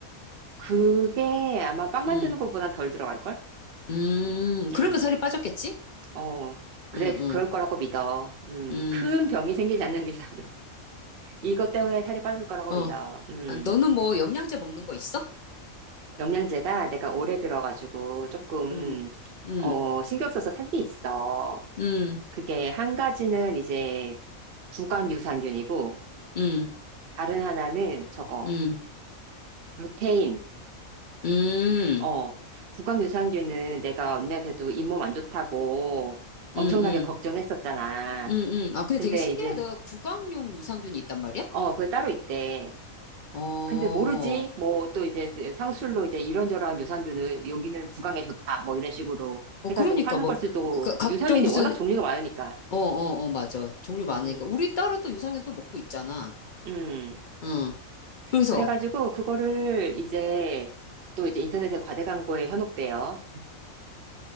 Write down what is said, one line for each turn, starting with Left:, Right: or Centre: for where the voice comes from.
Right: 그게 아마 빵 만드는
Left: 음,
Right: 것보단 덜 들어갈걸?
Left: 음. 그러니까
Right: 음.
Left: 살이 빠졌겠지?
Right: 어.
Left: 응
Right: 그래,
Left: 응
Right: 그럴 거라고 믿어. 음.
Left: 응
Right: 큰 병이 생기지 않는 이상. <laughs> 이것 때문에 살이 빠질 거라고
Left: 어.
Right: 믿어. 음.
Left: 아, 너는 뭐 영양제 먹는 거 있어?
Right: 영양제가 내가 오래 들어가지고 조금,
Left: 음, 음,
Right: 어, 신경 써서 산 게 있어.
Left: 음,
Right: 그게 한 가지는 이제 구강유산균이고,
Left: 음,
Right: 다른 하나는 저거,
Left: 음,
Right: 루테인.
Left: 음,
Right: 어,
Left: 음,
Right: 구강유산균은 내가 언니한테도 잇몸 안 좋다고 엄청나게
Left: 음,
Right: 걱정했었잖아.
Left: 음, 음. 아, 근데
Right: 근데
Left: 되게 신기하다.
Right: 이제,
Left: 구강용 유산균이 있단 말이야?
Right: 어, 그게 따로 있대.
Left: 어, 어,
Right: 근데 모르지? 뭐 또 이제 상술로 이제 이런저런 유산균을 여기는 구강에 좋다. 뭐 이런 식으로 해가지고
Left: 그러니까
Right: 파는
Left: 뭐,
Right: 걸 수도
Left: 가- 각종
Right: 유산균이
Left: 무슨,
Right: 워낙 종류가 많으니까
Left: 어, 어, 어, 맞아. 종류 많으니까.
Right: 음,
Left: 우리 따로 또 유산균 또 먹고 있잖아.
Right: 음.
Left: 응. 그래서,
Right: 그래가지고 그거를 이제 또 이제 인터넷에 과대 광고에 현혹돼요.